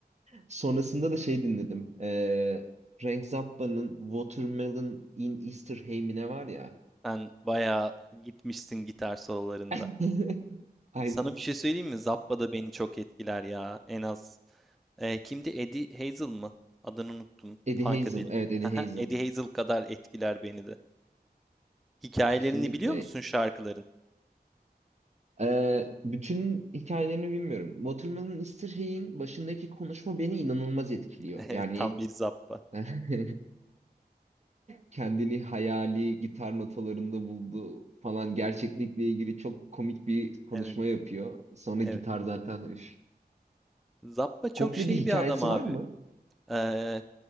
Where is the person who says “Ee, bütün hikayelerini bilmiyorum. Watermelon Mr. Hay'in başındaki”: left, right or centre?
Right